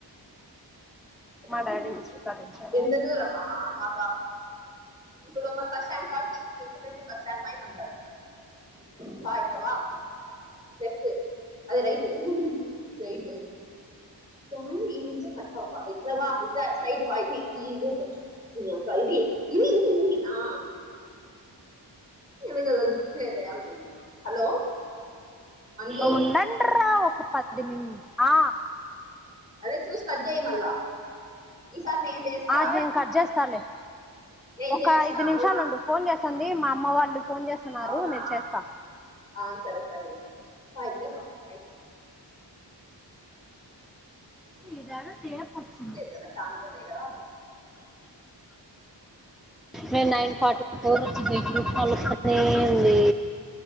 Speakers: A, in the centre; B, on the right.
A: మా
B: చడ
A: డాడీ విసిరి కాడ నుంచి
B: ఎంత దూరమా మా ఇప్పుడు మా బస్ స్టాండ్ కాడికి మీ ఇంటి నుంచి బస్ స్టాండ్ మా ఉంటారువాలెఫట్ అది రైట్ రైట్ దాన్ని ఈ నుంచ కట్టవ్వ ఇట్లా వా ఇ సైట్ వా ఇది ఈ రూ ఇది ఇది ఇది ఇది ఆ ఎదిగద గుతుకులేద అను హలో మంజు
A: ఉండండరా ఒక పదినిడు ఆ
B: అదే చూస్ కట్జాయి మ ఈసారి నేను చేస్తా
A: ఆ నేను కట్ చేస్తాలే
B: నేను
A: ఒక
B: చేస్తా
A: ఐదు నిమిషాలు
B: మళ్ళా
A: ఉండు ఫోన్ చేస్త ది మా అమ్మ వాళ్ళు ఫోన్ చేస్తున్నారు
B: అవునా
A: నేను చేస్తా
B: ఆ సరే సరేనయిత్లే బ అయిపో
A: ఇడారు టేప్ వచ్చి
B: కదా చాలా రోజులే కదా
A: నేను నైన్ ఫార్టీ ఫోర్ పలునే ఉంది